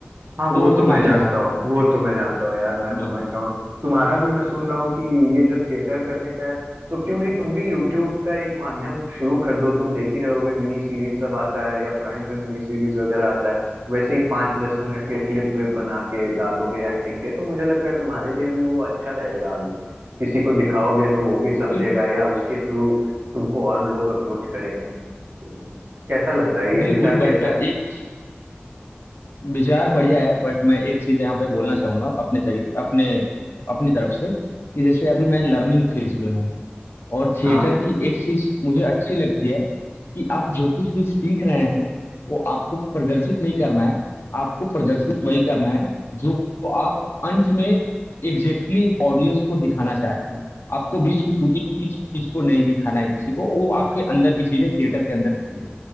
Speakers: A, on the right; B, on the left.
A: हाँ वो
B: तो तुम
A: तो मैं
B: आगे
A: जानता
B: जा सकते
A: हूँ वो तो मैं जानता हूँ यार मैं
B: हो
A: समझ
B: बिल्कुल
A: रहा हूँ तुम्हारा भी मैं सुन रहा हूँ कि ये जो थिएटर करने का है तो क्यों नहीं तुम भी यूट्यूब का एक माध्यम शुरू कर दो तुम देख ही रहोगे मिनी सीरीज सब आता है या प्राइम पे मिनी सीरीज वगैरह आता है वैसे ही पाँच दस मिनट के क्लिप वे बना के डालोगे एक्टिंग के तो मुझे लगता है तुम्हारे लिए भी वो अच्छा रहेगा आगे किसी को दिखाओगे तो वो भी समझेगा
B: बिल्कुल
A: या उसके थ्रू तुमको और लोग अप्रोच करेंगे तो कैसा लगता है ये
B: बिल्कुल
A: विचार कैसा
B: बट एक
A: है
B: विचार बढ़िया है बट मैं एक चीज यहाँ पे बोलना चाहूंगा अपने तरीके अपने अपनी तरफ से कि जैसे अभी मैं लर्निंग फेज में हूँ और थिएटर
A: हाँ
B: की एक चीज मुझे अच्छी लगती है कि आप जो कुछ भी सीख रहे हैं वो आपको प्रदर्शित नहीं करना है आपको प्रदर्शित वही करना है जो आप अंत में एग्जैक्टली exactly ऑडियंस को दिखाना चाहते हैं आपको बीच की टूटी फूटी चीज को नहीं दिखाना है किसी को वो आपके अंदर की चीज है थिएटर के अंदर की चीज है